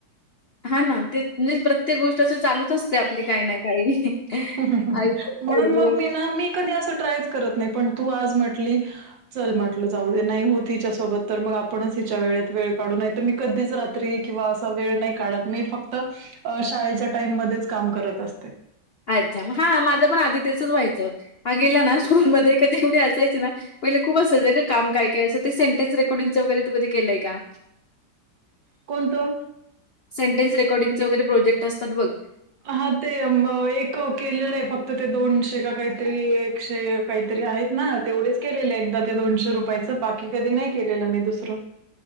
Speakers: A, on the left; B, on the right.
A: हा ना ते म्हणजे प्रत्येक गोष्ट असं चालूच असते आपली काही ना काही
B: म्हणून
A: आयुष्यात तडजोड.
B: मग मी ना मी कधी असं ट्रायच करत नाही पण तू आज म्हटली चल म्हटलं जाऊ दे नाही होत हिच्यासोबत तर मग आपणच हिच्या वेळेत वेळ काढू नाही तर मी कधीच राह किंवा असा वेळ नाही काढत मी फक्त शाळेच्या टाइम मध्येच काम करत असते
A: अच्छा मग हा माझं पण आधी तेचच व्हायचं हा गेला ना स्कूलमध्येध्ये क एवढी असायची ना पहिले खूप असायचं काम काय काय असं ते सेंटेनस रेकॉर्डिंगचं वगैरे तू कधी केलंय का
B: कोणतो
A: सेटे्सेकॉर्िंगचे वगैर प्रोजेक्ट असात बग
B: हा ते एक केलेलं आहे फक्त ते दोनशे का काहीतरी एकशे काहीतरी आहेत ना तेवढेच केलेले एकदा ते दोनशे रुपयाच बाकी कधी नाही केलेलं मी दुसरं